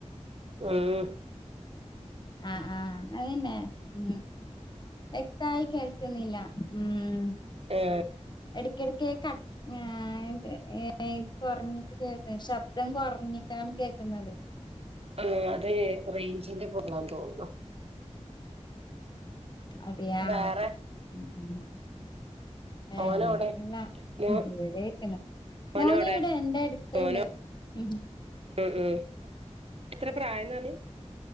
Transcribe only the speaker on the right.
മ്മ്
എഹ്
ആഹ് അത് റേഞ്ചിന്റെ പോപ്ളാന്ന് തോന്നുന്നു.
വേറെ
മോനോടെ
മോ
മോനോടെ
മോനോ
ഉം ഉം എത്ര പ്രായംന്ന് പറഞ്